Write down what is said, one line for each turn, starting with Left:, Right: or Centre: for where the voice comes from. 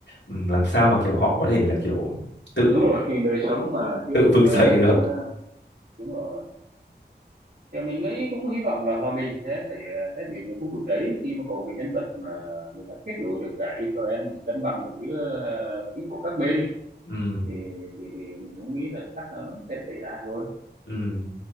Left: ừm, làm sao mà kiểu họ có thể là kiểu tự
Right: đúng rồi thì đời sống mà chưa
Left: tự vực
Right: chưa
Left: dậy được
Right: chưa đúng rồi thì mình nghĩ cũng hy vọng là hòa bình sẽ thể thể hiện ở khu vực đấy khi mà có cái nhân vật mà người ta kết nối được cả Israel để cân bằng được giữa ờ, lợi ích của các bên
Left: ừm,
Right: thì thì, thì mình cũng nghĩ là chắc là nó sẽ xảy ra thôi
Left: ừ